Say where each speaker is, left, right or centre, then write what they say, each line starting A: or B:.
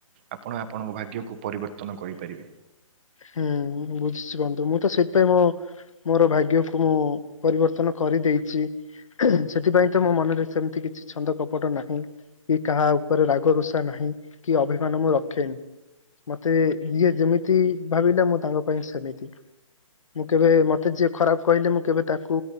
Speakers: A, on the right; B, on the left.
A: ଆପଣ ଆପଣଙ୍କ ଭାଗ୍ୟକୁ ପରିବର୍ତ୍ତନ କରିପାରିବେ ।
B: ହୁଁ ବୁଝିଛି ବନ୍ଧୁ, ମୁଁ ତ ସେଥିପାଇଁ ମୁଁ ମୋର ଭାଗ୍ୟକୁ ମୁଁ ପରିବର୍ତ୍ତନ କରି ଦେଇଛି। ସେଥିପାଇଁ ତ ମୋ ମନରେ ସେମିତି କିଛି ଛନ୍ଦ କପଟ ନାହିଁ, କି କାହା ଉପରେ ରାଗ ରଷା ନାହିଁ । କି ଅଭିମାନ ମୁଁ ରଖେନି, ମତେ ଯିଏ ଯେମିତି ଭାବିଲା, ମୁଁ ତାଙ୍କ ପାଇଁ ସେମିତି । ମୁଁ କେବେ, ମତେ ଯିଏ ଖରାପ କହିଲେ -ମୁଁ କେବେ ତାକୁ